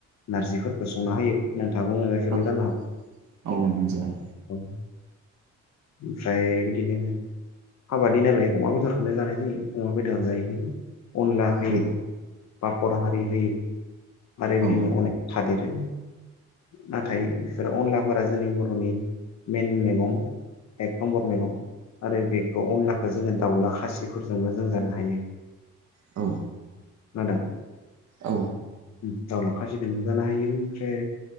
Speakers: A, on the left; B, on the right.
A: नारजिफोरखौ संना होयो नोथ थागौ मोनजाफेरबाय
B: औ
A: जानो हागौ
B: औ मोनजाबाय
A: औ ओमफ्राय बिदिनो हाबानि नालाय अमा बेदरखौनो जानाय जायो अमा बेदर जायो अनला होयो
B: औ
A: बा बर हारि होयो आरो
B: औ
A: बिदिनो अनेक थादेरो नाथाय बेफोरो अनलाफोरा जोंनि बर'नि मेन मेगं। एक नमबर मेगं। आरो बेखौ अनलाखौ जोंङो दाउला खासिफोरजोंबो जों जानो हायो।
B: औ
A: <unintelligible>
B: औ
A: उम दाउला खासिदोंबो जानो हायो ओमफ्राय